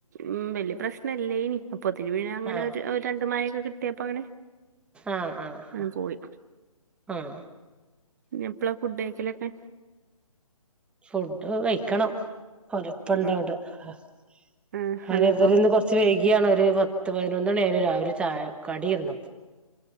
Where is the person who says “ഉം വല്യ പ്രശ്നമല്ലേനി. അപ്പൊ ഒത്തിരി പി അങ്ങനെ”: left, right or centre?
Right